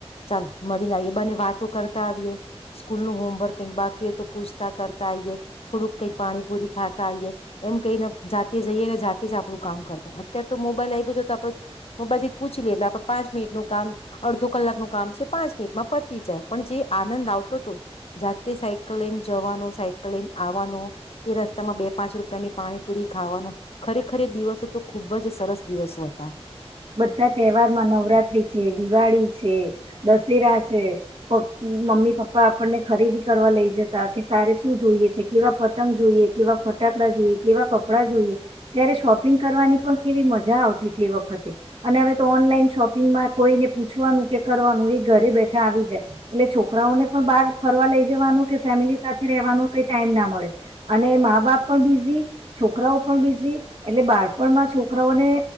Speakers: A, on the left (about 65°); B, on the right (about 55°).
A: ચાલ મળીને આવીએ બને વાતો કરતા આવીએ સ્કૂલ નું હોમવર્ક બાકી હોય તો પૂછતા કરતા આવીઈએ થોડુંક કઈ પાણીપુરી ખાતા આવીઈએ એમ કઈને જાતે જઈએ ને જાતે જ આપણું કામ કરતા અત્યારે તો મોબાઈલ આવી ગયો છે તો આપડ મોબાઈલ થી જ પૂછી લઈએ એટલે આપણે પાંચ મિનિટનું કામ અડધો કલાકનું કામ છે પાંચ મિનિટમાં પતી જાય પણ જે આનંદ આવતો હતો જાતે સાયકલ લઈને જવાનો સાયકલ લઈને આવવાનો એ રસ્તામાં બે પાંચ રૂપિયાની પાણીપુરી ખાવાનો ખરેખર દિવસો તો ખુબ જ સરસ દિવસો હતા.
B: બધા તહેવારમાં નવરાત્રી છે, દિવાળી છે, દશેરા છે મમ્મી પપ્પા આપણને ખરીદી કરવા લઈ જતા કે તારે શું જોઈએ છે કેવા પતંગ જોઈએ કેવા ફટાકડા જોઈએ કેવા કપડાં જોઈએ ત્યારે શોપિંગ કરવાની પણ કેવી મજા આવતી હતી એ વખતે. તે અને હવે તો ઓનલાઈન શોપિંગમાં કોઈને પૂછવાનું કે કરવાનું એ ઘરે બેઠા આવી જાય એટલે છોકરાઓને પણ બાર ફરવા લઈ જવાનું કે ફેમિલી સાથે રેવાનું કઈ ટાઈમ ના મળે અને મા બાપ પણ બિઝી છોકરાઓ પણ બિઝી એટલે બાળપણમાં છોકરાઓને